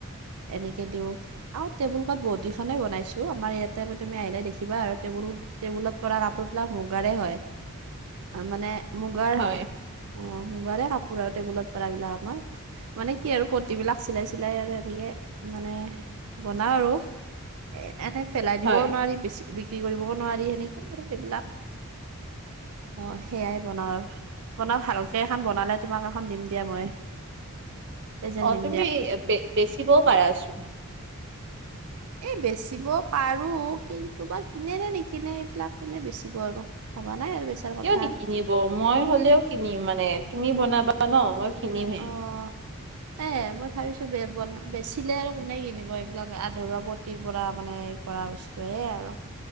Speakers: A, on the right; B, on the right.
A: এনেকে দিওঁ আৰু টেবুল কত বহুত কিখনে বনাইছোঁ। আমাৰ ইয়াতে তুমি আহিলে দেখিবা আৰু টেবুল- টেবুলত পৰা কাপোৰ বিলাক মুগাৰে হয়। এ, মানে মুগাৰ
B: হয়
A: অ', মুগাৰে কাপোৰ আৰু টেবুলত পাৰা বিলাক আমাৰ। মানে কি আৰু পটি বিলাক চিলাই, চিলাই আৰু এনেকে মানে বনাওঁ আৰু। এ, এনে পেলাই দিবও
B: হয়
A: নোৱাৰি বেছি বিক্ৰী কৰিবও নোৱাৰি সেনেকৈ আৰু এইবিলাক। অ', সেয়াই বনাওঁ বনাও, ভালকে এখন বনালে তোমাক এখন দিম দিয়া মই। প্ৰেজেন্ট
B: অ',
A: দিম
B: তুমি বেচিবও পাৰাচোন?
A: এ বেচিব পাৰোঁ, কিন্তু বা কিনে নে নিকি কিনে এইবিলাক মানে বেচিব আৰু? ভাবা নাই আৰু বেচাৰ
B: কিয়
A: কথা
B: নিকিনিব, মই হলেওঁ কিনিম মানে তুমি বনাবা ন, মই কিনিমেই।
A: অ <inaudible> এ মই ভাবিছো বে-বনা বেচিলে আৰু কোনে কিনিব এইবিলাক আধৰুৱা পটিৰ পৰা মানে কৰা বচ <unintelligible> আৰু।